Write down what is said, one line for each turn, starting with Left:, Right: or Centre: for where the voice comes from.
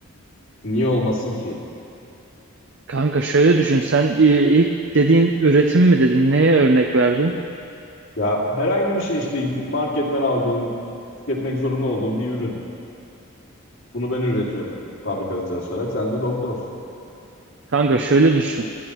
Left: niye olmasın ki?
Right: Kanka şöyle düşün. Sen i- ilk dediğin üretim mi dedin? Neye örnek verdin?
Left: Ya herhangi bir şey işte marketten aldığın, tüketmek zorunda olduğun bir ürün. Bunu ben üretiyorum fabrikada çalışarak. Sen de doktorsun.
Right: Kanka şöyle düşün.